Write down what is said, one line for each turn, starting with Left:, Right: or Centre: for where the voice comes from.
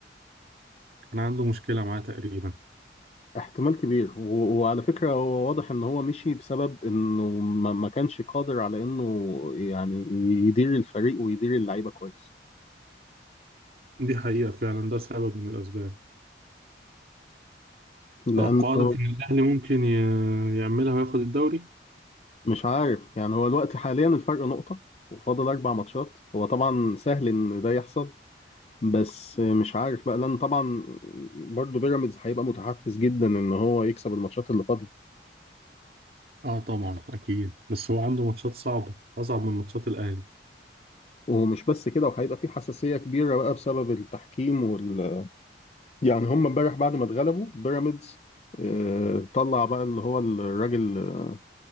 Right: كان عنده مشكلة معاه تقريبا
Left: احتمال كبير و- وعلى فكره هو واضح ان هو مشي بسبب انه ما ما كانش قادر على انه يعني يدير الفريق ويدير اللعيبه كويس
Right: دي حقيقة فعلا ده سبب من الأسباب توقعاتك
Left: لانه
Right: إن الأهلي ممكن ي- يعملها وياخد الدوري؟
Left: مش عارف يعني هو الوقت حاليا الفرق نقطة وفاضل أربع ماتشات هو طبعا سهل إن ده يحصل بس مش عارف بقى لأن طبعا برضه بيراميدز هيبقى متحفز جدا إن هو يكسب الماتشات اللي فاضلة
Right: اه طبعا اكيد بس هو عنده ماتشات صعبه اصعب من ماتشات الاهلي
Left: ومش بس كده وهيبقى في حساسية كبيرة بقى بسبب التحكيم وال يعني هم امبارح بعد ما اتغلبوا بيراميدز آه، طلع بقى اللي هو الراجل آه،